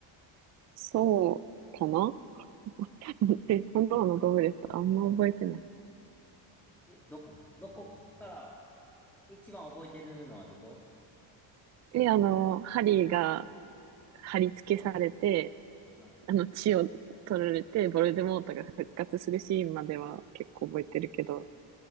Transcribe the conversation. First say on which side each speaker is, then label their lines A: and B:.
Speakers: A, on the right; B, in the centre.
A: そうかな <laughs> で、今度のゴブレットあんま覚えてない。
B: え、どこ、どこから、一番覚えてるのはどこ
A: で、あの、ハリーが貼り付けされて、
B: うん。
A: あの、血を取られて、ボルデモートが復活するシーンまでは結構覚えてるけど、